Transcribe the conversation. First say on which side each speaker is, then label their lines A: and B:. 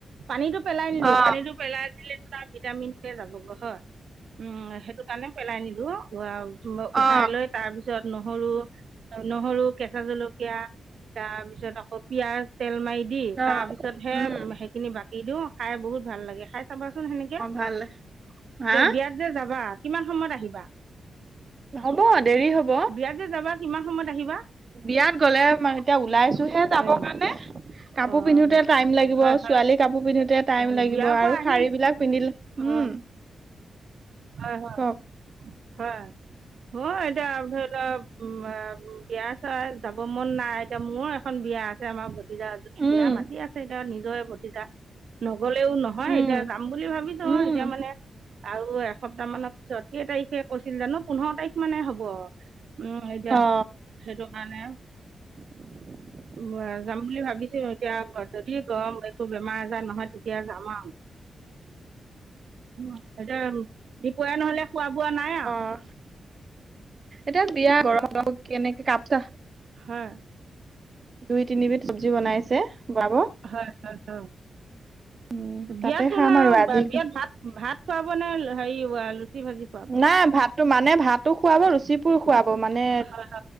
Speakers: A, on the right; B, on the right.
A: পানীটো পেলাই নিদিওঁ
B: অ
A: পানীটো পেলাই দিলে তাৰ ভিটামিনৱে যাব। হয়, উম সেইটো কাৰণে পেলাই নিদিওঁ উহাই
B: অ
A: লৈ তাৰ তাৰ পিছত নহৰু-নহৰু, কেঁচা জলকীয়া তাৰ পিছত আকৌ পিঁয়াজ তেল মাৰি দি
B: অ
A: তাৰ পিছতহে
B: উম
A: সেইখিনি বাকি দিওঁ খাই বহুত ভাল লাগে, খাই চাবা চোন সেনেকে।
B: ভালে। হা!
A: বিয়াত এতিয়া যাবা, কিমান সময়ত আহিবা?
B: হ'ব দেৰি হ'ব।
A: বিয়াত যে যাবা কিমান সময়ত আহিবা
B: বিয়াত গ'লে মই এতিয়া ওলাইছোঁ। হে যাবৰ
A: হয় নেকি
B: কাৰণে
A: অঁ
B: কাপোৰ পিন্ধোতে টাইম লাগিব
A: হয়
B: আৰু
A: হয়
B: ছোৱালী কাপোৰ পিন্ধো <unintelligible> টাইম
A: অ,
B: লাগিব
A: বিয়াৰ পৰা
B: আৰু
A: আহি
B: শাৰী বিলাক পিন্ধিলে
A: অঁ
B: উম
A: হয়-হয়,
B: কওক
A: হয়। অ! এতিয়া ধৰি লৱ উম বিয়া চৰা যাব মন নাই এতিয়া মোৰো এখন বিয়া আছ আছে আমাৰ ভতিজা এজনী
B: উম
A: বিয়া মাতি আছে এতিয়া নিজৰে ভতিজা। নগ'লেও নহয়
B: উম
A: এতিয়া যাম বুলি ভাবিছোঁ
B: উম
A: এতিয়া মানে আৰু এসপ্তাহ মানৰ পিছত কেই তাৰিখে কৈছিল জানো পোন্ধৰ তাৰিখ মানে হ'ব। উম! এতিয়া
B: অ
A: সেইটো কাৰণে
B: <inaudible>
A: <unintelligible> যাম বুলি ভাবিছোঁ এতিয়া যদি গৰম একো বেমাৰ আজাৰ নহয় তেতিয়া যাম আৰু। উম এতিয়া দুপৰীয়া নহ'লে খোৱা বোৱা নাই আৰু।
B: অ এতিয়া বিয়া ঘৰ <unintelligible> কেনেকে কাপ চা
A: হয়।
B: দুই-তিনিবিধ চব্জি বনাইছে খোৱাব।
A: হয়-হয়-হয়,
B: উম, তাতে
A: বিয়াত বনাওঁ
B: খাম আৰু আজি
A: বিয়াত ভাত ভাত খোৱাব নে হেৰি আহ‌ লুচি ভাজি? খুৱাব
B: নাই ভাতটো মানে ভাতো খোৱাব, লুচি <inaudible> খুৱাব মানে
A: হয় হয়